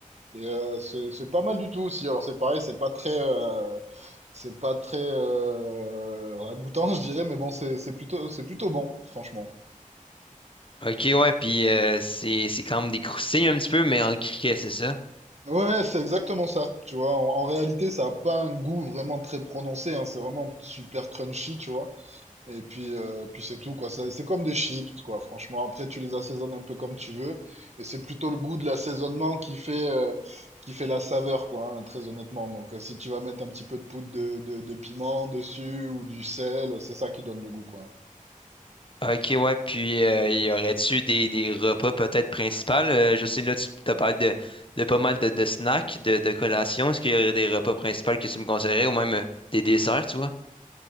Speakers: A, on the right; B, on the left.
A: Et euh, c'est c'est pas mal du tout aussi. Alors c'est pareil, c'est pas très... euh, c'est pas très euh, ragoûtant, <laughs> je dirais, mais bon, c'est c'est plutôt, c'est plutôt bon, franchement.
B: Ok, ouais, puis euh, c'est, c'est quand même des croustilles un petit peu, mais en criquet, c'est ça?
A: Ouais, ouais, c'est exactement ça, tu vois. En, en réalité, ça a pas un goût vraiment très prononcé, hein, c'est vraiment super crunchy, tu vois. Et puis, euh, puis c'est tout, quoi. C'est c'est comme des chips, quoi, franchement. Après, tu les assaisonnes un peu comme tu veux. Et c'est plutôt le goût de l'assaisonnement qui fait, euh, qui fait la saveur, quoi, hein, très honnêtement. Donc, euh, si tu vas mettre un petit peu de poudre de, de, de piment dessus ou du sel, c'est ça qui donne le goût, quoi.
B: Ok, ouais, puis euh, y aurait-tu des, des repas peut-être principaux? Euh, je sais, là, tu as parlé de, de pas mal de, de snacks, de, de collations. Est-ce qu'il y aurait des repas principaux que tu me conseillerais ou même euh, des desserts, tu vois?